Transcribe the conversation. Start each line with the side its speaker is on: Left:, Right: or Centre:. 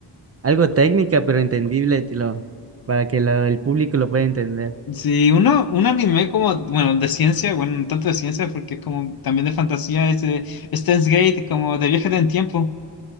Right: algo técnica, pero entendible, te lo- para que lo- el público lo pueda entender.
Left: <laughs> sí, uno, un anime como, bueno, de ciencia, bueno, no tanto de ciencia porque es como también de fantasía, es de Steins Gate, como de viaje en el tiempo.